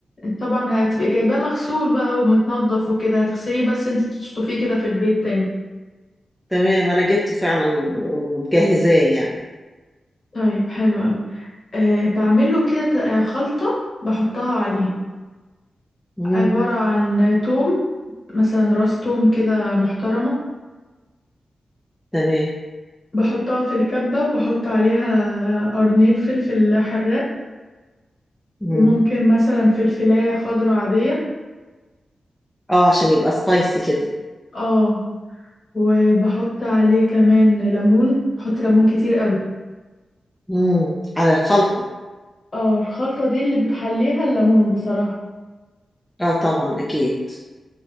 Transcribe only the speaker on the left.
طبعا هتبقي جايباه مغسول بقى ومتنضف وكده هتغسليه بس انتي تشطفيه كده في البيت تاني
طيب حلو قوي إيه بعمله كده ت- آه، خلطه بحطها عليه
عباره عن توم مثلا راس توم كده محترمه
بحطها في الكبة وبحط عليها قرنين فلفل حراق
وممكن مثلا فلفلاية خضرا عادية
اه وبحط عليه كمان ليمون بحط ليمون كتير قوي
اه الخلطة دي اللي بتحليها الليمون بصراحة